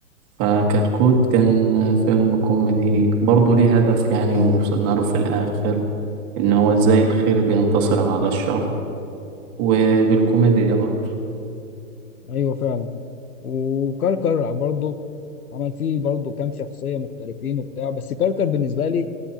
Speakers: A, on the right; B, on the left.
A: فكتكوت كان فيلم كوميدي برضه ليه هدف يعني ووصلنا له في الآخر إن هو إزاي الخير بينتصر على الشر وبالكوميديا برضه
B: أيوه فعلا وكركر برضه عمل فيه برضه كام شخصية مختلفين وبتاع بس كركر بالنسبة لي